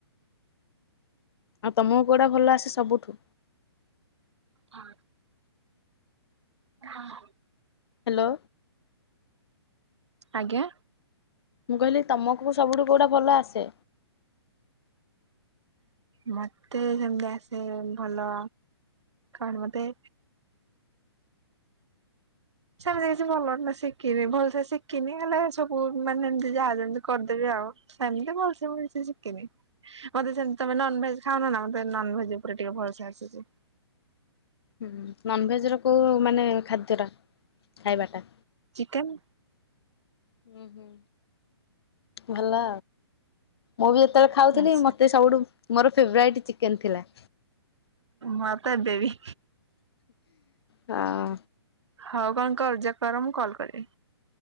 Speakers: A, on the left; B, on the right.
A: ଆଉ ତମୁ କୁଆଡେ ଭଲ ଆସେ ସବୁଠୁ
B: ଥା ହଁ।
A: ହ୍ୟାଲୋ।
B: ଆଜ୍ଞା।
A: ମୁଁ କହିଲି ତମକୁ ସବୁଠୁ କୋଉଟା ଭଲ ଆସେ।
B: ମତେ ସେମିତି ଆସେ ଭଲ କଣ ମତେ ସେମିତି କିଛି ଭଲ ନା ଶିଖିନି ଭଲସେ ଶିଖିନି ହେଲେ ସବୁ ମାନେ ଏମିତି ଯାହା ଯେମତି କରିଦେବି ଆଉ ସେମିତି ଭଲସ ଶିଖିନି ମତେ ସେମତି ତମେ ନନଭେଜ ଖାଉନ ନା ମତେ ନନଭେଜ ଉପରେ ଟିକେ ଭଲସେ ଆସିଛି।
A: ହୁଁ ନନଭେଜ ର କୋ ମାନେ ଖାଦ୍ୟ ଟା ଖାଇବା ଟା
B: ଚିକେନ।
A: ହୁଁ ହୁଁ। ଭଲ ମୁଁ ବି ଏତେ ତବେଳେ ଖାଉଥିଲି
B: ମାଛ
A: ମତେ ସବୁଠୁ ମୋର ଫେବରାଇଟ ଚିକେନ ଥିଲା।
B: ମତେ ବି।
A: ହଁ।
B: ହଉ କଣ କର ଯ କର ମୁଁ କଲ କରିବି।